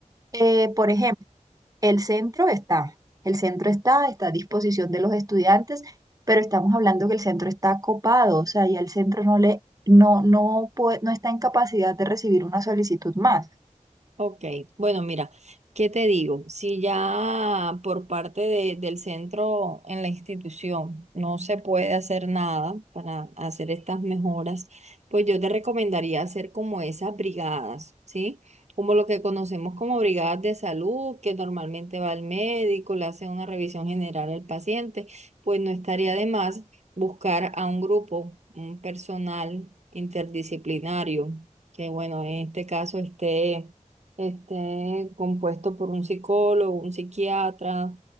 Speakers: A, on the right; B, on the right.
A: Eh, por ejemplo, el centro está, el centro está, está a disposición de los estudiantes, pero estamos hablando que el centro está copado, o sea, ya el centro no le, no, no puede, no está en capacidad de recibir una solicitud más.
B: Ok, bueno, mira, ¿qué te digo? Si ya por parte de- del centro en la institución no se puede hacer nada para hacer estas mejoras, pues yo te recomendaría hacer como esas brigadas, ¿sí? Como lo que conocemos como brigadas de salud, que normalmente va el médico, le hace una revisión general al paciente, pues no estaría de más buscar a un grupo, un personal interdisciplinario, que bueno, en este caso esté esté compuesto por un psicólogo, un psiquiatra,